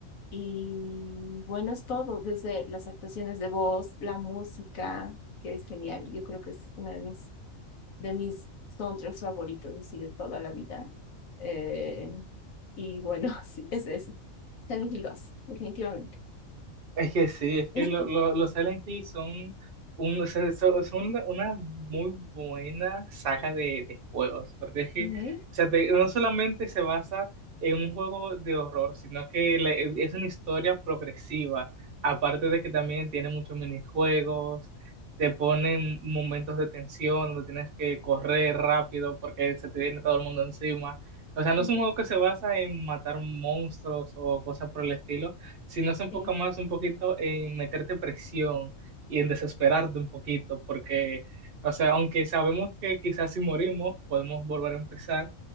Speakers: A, on the left (about 80°); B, on the right (about 50°).
A: Y bueno, es todo, desde las actuaciones de voz, la música, que es genial. Yo creo que es una de mis de mis soundtracks favoritos, así de toda la vida. Eh, y bueno, <laughs> sí, es eso. Silent Hill 2, definitivamente.
B: Es que sí, es
A: <laughs>
B: que lo- lo- los Silent Hill son, un, o sea, so- son una una muy buena saga de, de juegos, porque es que,
A: Ujú,
B: o sea, te- no solamente se basa en un juego de horror, sino que le- es una historia progresiva, aparte de que también tiene muchos minijuegos, te ponen momentos de tensión donde tienes que correr rápido porque se te viene todo el mundo encima. O sea, no
A: ujú,
B: es un juego que se basa en matar monstruos o cosas por el estilo sino se enfoca
A: sí.
B: más un poquito en meterte presión y en desesperarte un poquito, porque, o sea, aunque sabemos que quizás si morimos podemos volver a empezar